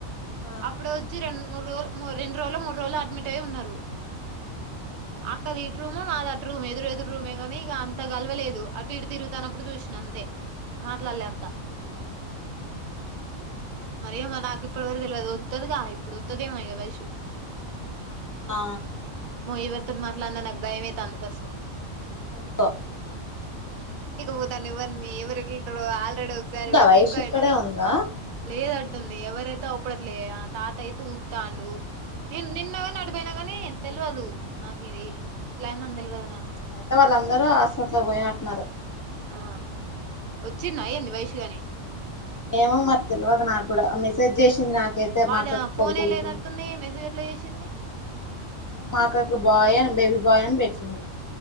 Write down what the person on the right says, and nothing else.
అప్పుడే ఒచ్చి రెండు మూడు రోజులు రెండు రోజులో మూడు రోజులో అడ్మిట్ అయి ఉన్నారు అక్కది ఇటు రూమ్ నాది అటు రూమ్ ఎదురు ఎదురూ మే గనీ ఇగ అంత గలవలేదు అటు ఇటు తిరుగుతానప్పుడు చూసిన అంతే మాట్లాడలే అంత మరేమో నాక్ ఇప్పుడి వరకు తెల్వదు ఒత్తది గా ఆమె ఇప్పుడు ఒత్తదేమో ఇగ వైషూ
ఎవరితోటి మాట్లాడినా నాకు భయమైతాంది ఫస్ట్
పోతాను ఎవరిని ఎవరు ఎట్లుంటరో ఆల్రెడీ ఒకసారి
పొయి
బుక్ అయిన
లేదట్టుంది ఎవరైతే అవుపడట్లే ఆ తాత అయితే ఉరుకుతాండు నేన్ నిన్నగాని అటుపోయినా కానీ తెల్వదు నాకు ఇది ఇట్లయిందని తెలియదు నా
ఆ ఒచ్చిందా ఏంది వైషూ గనీ
వాడ
ఫోనే
లేనట్టుంది మెసేజ్ ఎట్లా చేసింది